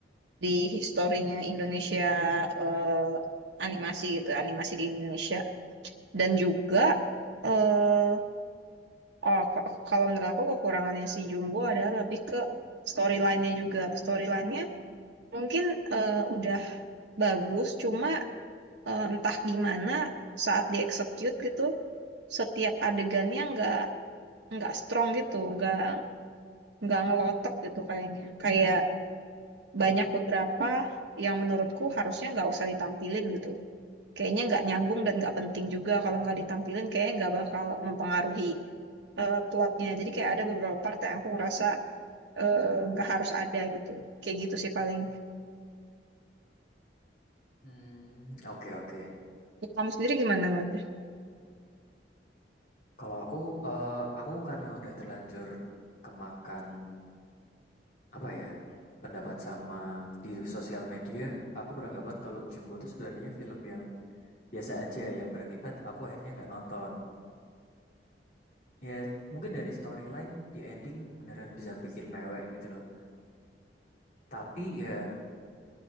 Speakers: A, on the right; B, on the left.
A: di historinya Indonesia eh, animasi gitu, animasi di Indonesia. Dan juga eh oh k- kalau menurut aku kekurangannya si Jumbo adalah lebih ke storyline-nya juga. Storyline-nya mungkin eh, udah bagus, cuma eh, entah gimana saat dieksekut gitu setiap adegannya nggak nggak strong gitu nggak nggak ngelotok gitu kayaknya kayak banyak beberapa yang menurutku harusnya nggak usah ditampilin gitu kayaknya nggak nyambung dan nggak penting juga kalau nggak ditampilin kayaknya nggak bakal mempengaruhi eh, plotnya jadi kayak ada beberapa part yang aku ngerasa eh, nggak harus ada gitu kayak gitu sih paling
B: Hmm, oke oke.
A: kamu sendiri gimana ngeliatnya?
B: Kalau aku, eh, aku karena udah terlanjur kemakan apa ya pendapat sama di sosial media aku beranggapan kalau Jumbo itu sebenarnya film yang biasa aja yang berakibat aku akhirnya nggak nonton ya mungkin dari storyline di ending beneran bisa bikin mewek gitu loh tapi ya